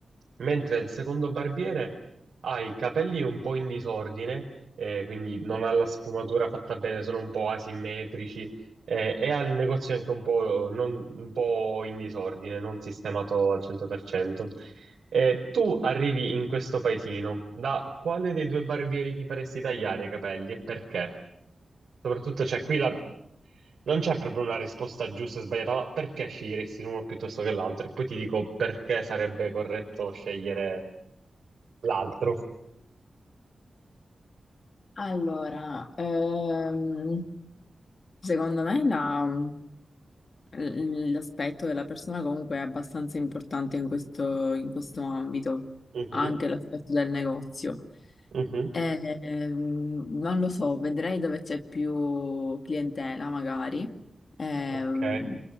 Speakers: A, on the right (about 80°); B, on the left (about 55°).
A: mentre il secondo barbiere ha i capelli un po' in disordine, eh, quindi non ha la sfumatura fatta bene, sono un po' asimmetrici, eh, e ha il negozio anche un po', non- un po' in disordine, non sistemato al 100%. Eh, tu arrivi in questo paesino, da quale dei due barbieri ti faresti tagliare i capelli e perché? Soprattutto c'è qui la non c'è proprio una risposta giusta e sbagliata, ma perché sceglieresti l'uno piuttosto che l'altro? E poi ti dico perché sarebbe corretto scegliere l'altro.
B: Allora, ehm, secondo me la- l- l'aspetto della persona comunque è abbastanza importante in questo, in questo ambito,
A: Mhm,
B: anche l'aspetto del negozio.
A: mhm,
B: Eh, ehm, non lo so, vedrei dove c'è più clientela magari, Ehm,
A: Ok.